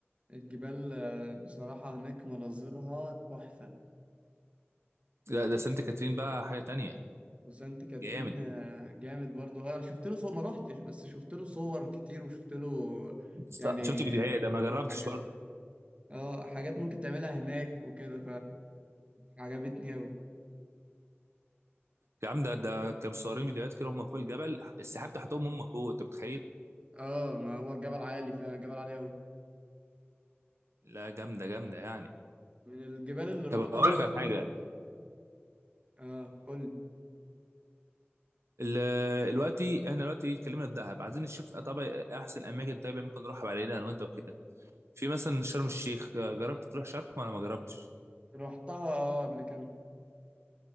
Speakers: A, on the right (about 30°); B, on the right (about 80°).
A: الجبال آه، بصراحة هناك مناظرها تحفة
B: لا ده سانت كاترين بقى حاجه تانية
A: وسانت كاترين
B: جامد
A: آه، جامد برضو اه، انا شفت له صور ما روحتش بس شفت له صور كتير وشفت له
B: بالظبط
A: يعني
B: شفت فيديوهات انا ما جربتش
A: حاجات
B: برضه
A: اه حاجات ممكن تعملها هناك وكده فعجبتني اوي
B: يا عم ده ده كانوا مصورين فيديوهات كده هم فوق الجبل السحاب تحتهم هم فوق انت متخيل
A: اه ما هو الجبل عالي فعلا الجبل عالي اوي
B: لا جامده جامده يعني
A: من الجبال اللي رحتها
B: طب اقول
A: برضو
B: لك على حاجه
A: اه قول
B: ال- دلوقتي احنا دلوقتي اتكلمنا في دهب عايزين نشوف طبعا احسن اماكن طيب ممكن نروح علينا انا وانت وكده في مثلا شرم الشيخ جربت تروح شرم ولا ما جربتش
A: روحتها اه قبل كده